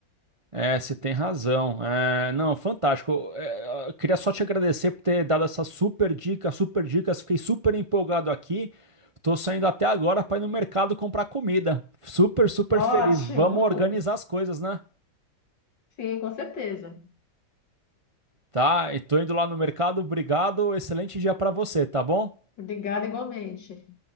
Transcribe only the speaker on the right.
É, você tem razão. É, não, fantástico. É, eu queria só te agradecer por ter dado essa super dica, super dicas. Fiquei super empolgado aqui. Tô saindo até agora para ir no mercado comprar comida. Super, super
feliz. Vamos organizar as coisas, né?
Tá? E tô indo lá no mercado. Obrigado. Excelente dia para você, tá bom?